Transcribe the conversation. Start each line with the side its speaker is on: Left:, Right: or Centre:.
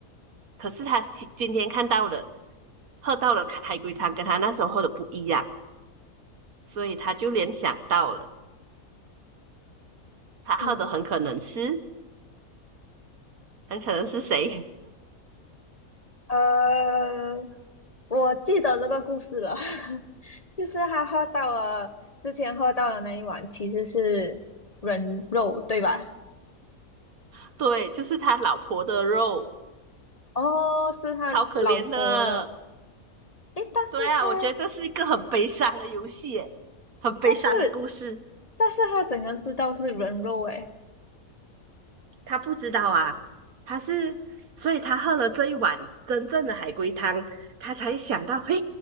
Right: 可是他今今天看到的，喝到的海龟汤跟他那时候喝的不一样，所以他就联想到了，他喝的很可能是
Left: 嗯。
Right: 很可能是谁？
Left: 呃，我记得这个故事了，<laughs> 就是他喝到了之前喝到的那一碗其实是人肉，对吧？
Right: <laughs> 对，就是他老婆的肉，
Left: 哦，是他老婆的，
Right: 超可怜的。
Left: 诶，但是他，
Right: 对啊，我觉得这是一个很悲伤的游戏耶，很悲伤的故事。
Left: 但是，但是他怎样知道是人肉？诶，
Right: 他不知道啊，他是，所以他喝了这一碗真正的海龟汤，他才想到，嘿，